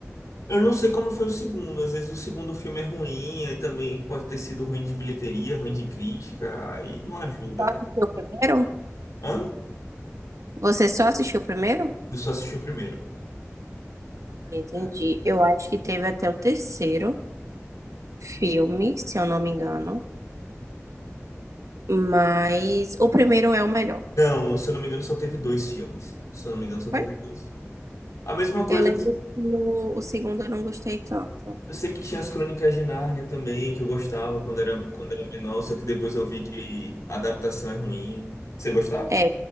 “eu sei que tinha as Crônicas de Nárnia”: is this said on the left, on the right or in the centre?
Left